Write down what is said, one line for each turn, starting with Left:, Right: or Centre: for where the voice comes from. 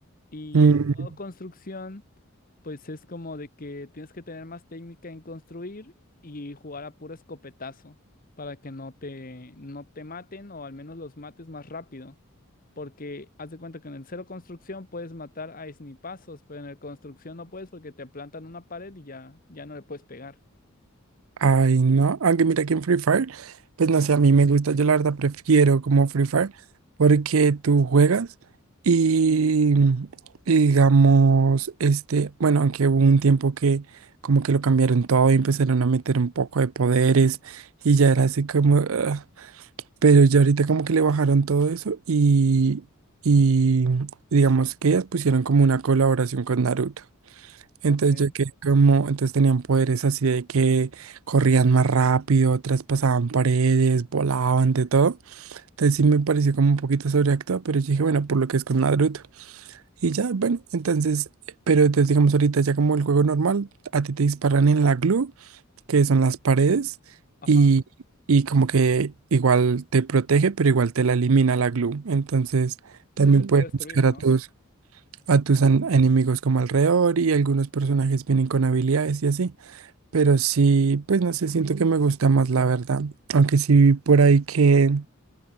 Left: Y
Right: Mm,
Left: en el modo construcción, pues es como de que tienes que tener más técnica en construir y jugar a puro escopetazo para que no te, no te maten o al menos los mates más rápido. Porque haz de cuenta que en el cero construcción puedes matar a snipazos, pero en el construcción no puedes porque te plantan una pared y ya, ya no le puedes pegar.
Right: Ay, no, aunque mira que en Free Fire, pues no sé, a mí me gusta, yo la verdad prefiero como Free Fire porque tú juegas y, y digamos, este, bueno, aunque hubo un tiempo que como que lo cambiaron todo y empezaron a meter un poco de poderes y ya era así como, ah, pero ya ahorita como que le bajaron todo eso y, y digamos que ellas pusieron como una colaboración con Naruto. Entonces
Left: Ok.
Right: yo que como, entonces tenían poderes así de que corrían más rápido, traspasaban paredes, volaban, de todo. Entonces sí me pareció como un poquito sobreactuado, pero yo dije, bueno, por lo que es con Naruto. Y ya, bueno, entonces, pero entonces digamos ahorita ya como el juego normal, a ti te disparan en la glue, que son las paredes,
Left: Ajá.
Right: y, y como que igual te protege, pero igual te la elimina la glue. Entonces también
Left: Sí, se puede
Right: puedes
Left: destruir,
Right: buscar
Left: ¿no?
Right: a todos a tus an- enemigos como alrededor y algunos personajes vienen con habilidades y así. Pero sí, pues no sé, siento que me gusta más la verdad. Aunque sí vi por ahí que,